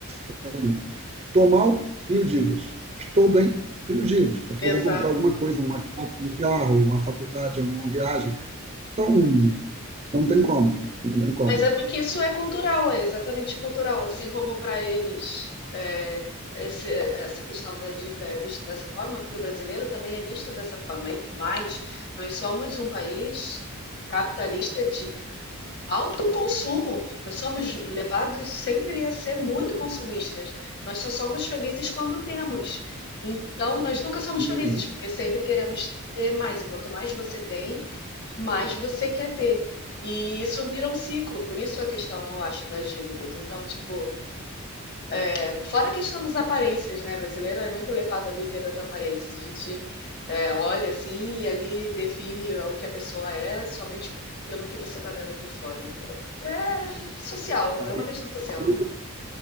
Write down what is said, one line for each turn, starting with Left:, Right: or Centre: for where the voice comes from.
Right: assim, tô mal, crio dívidas. Estou bem, crio dívidas, porque eu
Left: Exato.
Right: vou comprar alguma coisa, uma casa, um carro, uma faculdade, uma viagem. Então, não tem como, não tem como.
Left: Mas é porque isso é cultural, é exatamente cultural, assim como para eles é, esse- essa questão da dívida é vista dessa forma, para o brasileiro também é vista dessa forma. E mais, nós somos um país capitalista de alto consumo. Nós somos levados sempre a ser muito consumistas. Nós só somos felizes quando temos. Então, nós nunca somos
Right: Hum,
Left: felizes, porque sempre queremos ter mais. E quanto mais você tem, mas você quer ter. E isso vira um ciclo, por isso a questão, eu acho, das dívidas. Então, tipo, é, fora a questão das aparências, né? Brasileiro é muito levado a viver das aparências. A gente é, olha assim e ali define o que a pessoa é somente pelo que você está vendo por fora. Então, é social,
Right: aí,
Left: é uma questão social.
Right: o